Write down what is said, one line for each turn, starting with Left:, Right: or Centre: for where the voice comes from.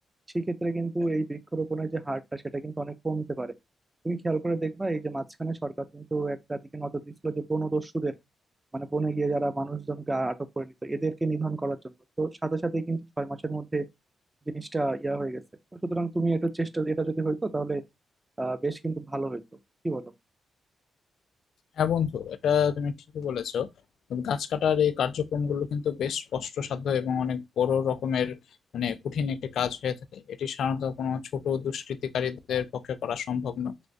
Right: সেক্ষেত্রে কিন্তু এই বৃক্ষরোপণের যে হারটা সেটা কিন্তু অনেক কমতে পারে তুমি খেয়াল করে দেখবা এই যে মাঝখানে সরকার কিন্তু একটা দিকে নজর দিচ্ছিল যে বনদস্যুদের মানে বনে গিয়ে যারা মানুষজনকে আ- আটক করে নিত এদেরকে নিধন করার জন্য তো সাথে সাথে কিন্তু ছয় মাসের মধ্যে জিনিসটা ইয়া হয়ে গেছে তো সুতরাং তুমি একটু চেষ্টা এটা যদি হইতো তাহলে আহ বেশ কিন্তু ভালো হইতো কি বলো
Left: হ্যাঁ বন্ধু এটা তুমি ঠিকই বলেছো গাছ কাটার এই কার্যক্রমগুলো কিন্তু বেশ কষ্টসাধ্য এবং অনেক বড় রকমের মানে কঠিন একটি কাজ হয়ে থাকে এটি সাধারণত কোনো ছোট দুষ্কৃতিকারীদের পক্ষে করা সম্ভব না